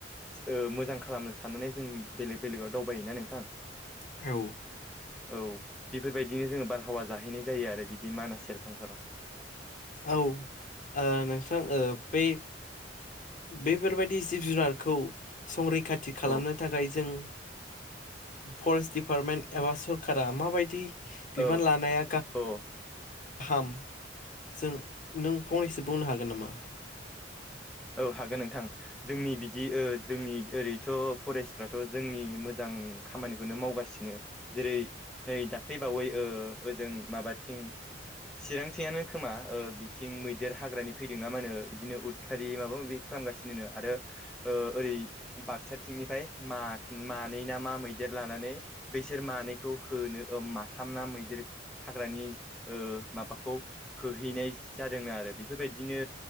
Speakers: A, in the centre; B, on the left.
A: ओ मोजां खालामनो साननानै जों बेलेग बेलेगाव दावबायोना नोंथां।
B: औ।
A: औ बेफोरबायदिनो जोङो बारहावा जाहैनाय जायो आरो बिदि मानास सेरफांफोराव।
B: औ ओ नोंथां ओ बै बेफोरबायदि जिब जुनारखौ संरैखाथि खालामनो
A: औ
B: थाखाय जों फरेस्ट दिडिपार्टमेन्ट एबा सरकारा माबायदि बिबान
A: औ
B: लानाया गा
A: औ
B: हाम जों नों फंनैसो बुंनो हागोन नामा?
A: औ हागोन नोंथां। जोंनि बिदि ओ जोंनि ओरैथ' फरेस्टफ्राथ' जोंनि मोजां खामानिखौनो मावगासिनो। जेरै नै दाख्लै बावै ओ ओ ओजों माबाथिं चिरांथिंयानो खोमा बिथिं मैदेर हाग्रानि फैदोंनामानो ओ बिदिनो उदखा रि माबा माबि खालामगासिनो नो आरो ओ ओरै बाक्साथिंनिफ्राय मा-मा नै ना मा मैदेर लानानै, बैसोर मानैखौ होनो ओ माथाम ना मैदेर हाग्रानि ओ माबाखौ होहैनाय जादोंनो आरो बेफोरबायदिनो